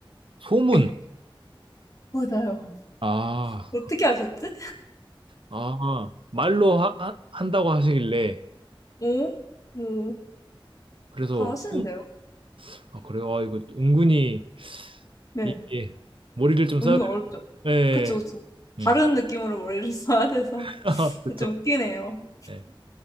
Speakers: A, on the right (about 70°); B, on the left (about 40°).
A: 소문!
B: 예. 맞아요.
A: 아,
B: 어떻게 아셨지?
A: 아, 말로 하, 하- 한다고 하시길래,
B: 오, 오
A: 그래서,
B: 잘하시는데요?
A: 음, 아, 그래요? 아, 이거 은근히,
B: 네.
A: 이게, 머리를 좀 써야
B: 은근
A: 돼.
B: 어렵죠.
A: 네,
B: 그쵸, 그쵸.
A: 네.
B: 다른 느낌으로 머리를 <laughs> 써야 돼서
A: <laughs> 그쵸.
B: 좀 웃기네요.
A: 네.